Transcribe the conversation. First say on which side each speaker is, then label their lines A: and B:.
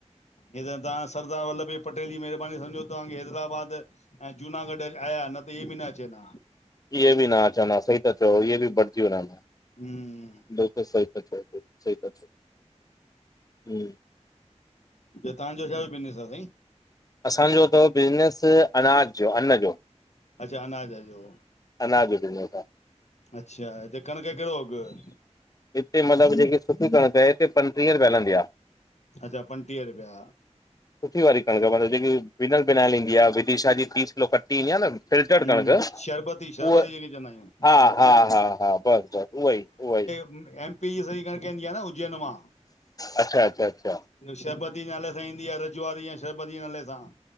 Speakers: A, on the left; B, on the left.
A: हे त तव्हां सरदार वल्लभ भाई पटेल जी महिरबानी समझो तव्हांखे हैदराबाद ऐं जूनागढ़ आया, न त इहे बि न अचनि हा।
B: इहे बि न अचनि सही ता चओ, इहे बि बटिजी वञनि हा।
A: हम्म
B: बिल्कुलु सही ता सही चओ, सही ता चओ हम्म
A: तव्हांजो छाजो बिजनस आ, साईं?
B: असांजो त बिज़नेस अनाज जो आ, अन्न जो।
A: अच्छा, अनाज जो।
B: अनाज जो <unintelligible>
A: अच्छा, हिते कणिक कहिड़ो अघ?
B: हिते मतिलबु जेकी सुठी कणिक आहे, हिते पंटीह रुपया हलंदी आ।
A: अच्छा पंटीह रुपया।
B: सुठी वारी कणिक मतलब जेकी बिनल बिनायल ईंदी आ, विदिशा जी तीस किलो कटी ईंदी आ न फिल्टर
A: हम्म
B: कणिक,
A: शरबती शरबती
B: उह
A: जंहिंखे चवंदा आहियूं
B: हा हा, हा हा बस बस उहोई उहोई।
A: एमपी जी सही कणिक ईंदी आ न, उज्जैन मां।
B: अच्छा, अच्छा, अच्छा।
A: शरबती नाले सां ईंदी आ, रजुआरी या शरबती नाले सां,